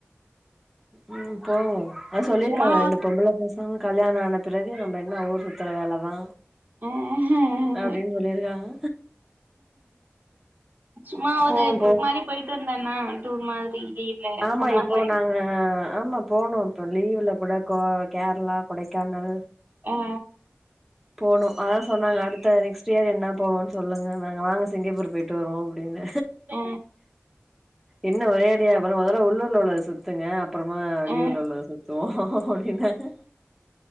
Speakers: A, in the centre; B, on the right.
A: ம் போவோ அது சொல்லிருக்காங்க
B: சும்மா
A: ரெண்டு பொம்பள பசங்ள கல்யாண ஆன பிறகு நம்ம என்ன ஊர் சுத்துற வேலதா
B: ம்
A: அப்டின் சொல்லிருக்காங்க
B: சும்மா ஒரு
A: போவோ
B: ட்ரிப்
A: போ
B: மாரி போயிட்டு வந்தா என்ன டூர் மாதிரி லீவ்ல
A: ஆமா
B: சம்மர்
A: இப்போ
B: லீவ்ல
A: நாங்க ஆமா போணு இப்ப லீவுல கூட கொ கேர்ளா கொடைக்கானல்
B: ஆ
A: போணு அதா சொன்னாங்க அடுத்த நெக்ஸ்ட்டியர் என்னா போவன் சொல்லுங்கன்னாங்க வாங்க சிங்கப்பூர் போயிட் ட்டு வருவோ அப்டின்ன
B: ஆ
A: என்ன ஒரே அடியா அப்பறொ மொதல்ல உள்ளூர்ல உள்ளத சுத்துங்க அப்பறமா வெளியூர்ல
B: ஆ
A: உள்ளத சுத்துவோ அப்டின்னாங்க